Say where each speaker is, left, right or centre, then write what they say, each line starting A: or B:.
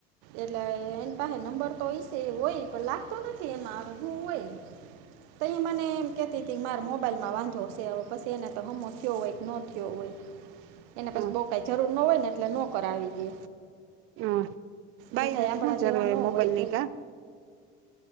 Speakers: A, on the right; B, on the right.
A: એટલે એની પાસે નંબર તો હોય છે એ હોય પણ લાગતો નથી એમાં શું હોય? તઈ એ મને એમ કહેતી હતી કે માર મોબાઈલમાં વાંધો હશે હવે પછી એને તો હમો થયો હોય કે ન થયો હોય એને પછી
B: હા
A: બોઉ કઈ જરૂર ના હોય ને એટલે નો કરાવી દે
B: હ બાઈને
A: બધા
B: તો
A: આપણા
B: શું જરૂર
A: જેવા
B: હોય
A: ન
B: મોબાઈલ ની
A: કે
B: કા